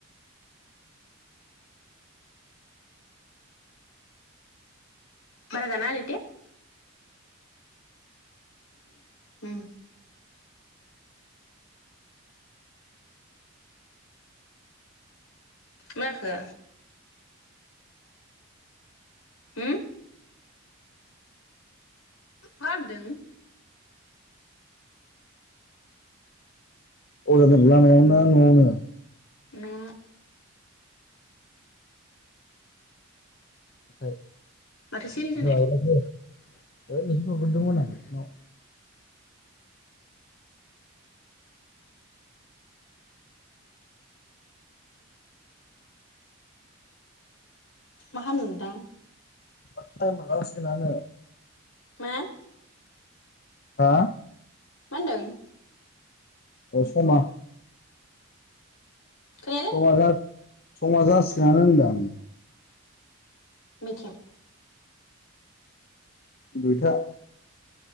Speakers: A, on the left (about 80°); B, on the left (about 45°).
A: मारागाना हैदे। उम माखो होम मा मा होनदों?
B: <inaudible> ना न'आवनो?
A: न'
B: <unintelligible>
A: माथो सिरि जानाय मा खालामदों नोंथां?
B: <unintelligible>
A: हुम
B: हा
A: मा होनदों?
B: औ समा
A: गैयालै।
B: समाजा समा जासिगोनानो होनदों।
A: मिथिं
B: दुइथा।